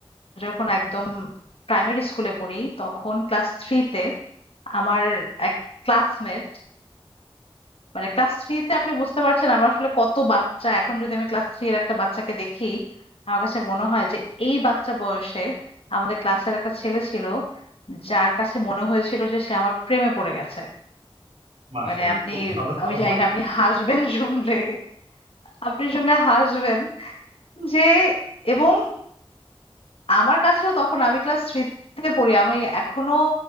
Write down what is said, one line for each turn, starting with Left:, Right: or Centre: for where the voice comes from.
Left: যখন একদম প্রাইমারি স্কুলে পড়ি তখন ক্লাস থ্রিতে আমার এক ক্লাসমেট মানে ক্লাস থ্রিতে আপনি বুঝতে পারছেন আমরা আসলে কত বাচ্চা এখন যদি আমি ক্লাস থ্রি এর একটা বাচ্চাকে দেখি আমার কাছে মনে হয় যে এই বাচ্চা বয়সে আমাদের ক্লাসের একটা ছেলে ছিল যার কাছে মনে হয়েছিল যে সে আমার প্রেমে পড়ে গেছে
Right: মার্শাল
Left: মানে আপনি
Right: খুব ভালো
Left: আমি
Right: কম
Left: জানি না আপনি হাসবেন শুনলে আপনি শুনলে হাসবেন যে এবং আমার কাছেও তখন আমি ক্লাস থ্রিতে পড়ি আমি এখনো